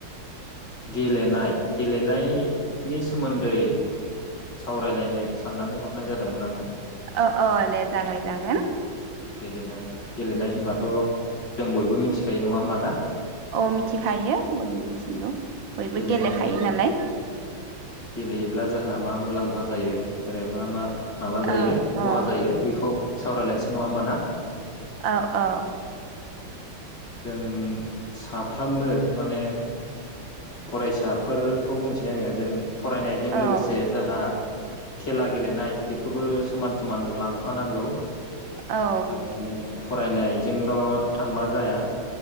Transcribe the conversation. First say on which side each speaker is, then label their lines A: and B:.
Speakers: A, on the left; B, on the right.
A: गेलेनाय, गेलेनायनि सोमोन्दै सावरायलायनो साननानै हरनाय जादोंमोन आङो
B: औ औ दे जागाय जागोन
A: गेलेनाय गेलेनाय होनबाथ' जों बयबो मिथिखायो नङा होमबाना
B: औ मिथिखायो बयबो मिथिगौ बयबो
A: गेलेनायनि
B: गेलेखायो नालाय
A: गेलेयोब्ला जा आहा मा मुलाम्फा जायो आरो मा मा माबा जायो
B: औ
A: खहा
B: औ
A: जायो बेखौ सावरायलायनोसै नङा होमबा ना?
B: औ औ
A: जों साफ्रोमबो माने फरायसाफोरखौ बुंसै आङो जों फरायनायजों
B: औ
A: लोगोसे जोंहा खेला गेलेनाय बेखौबो समान समान लांफानांगौ
B: औ
A: माने जों फरायनायजोंल थांबा जाया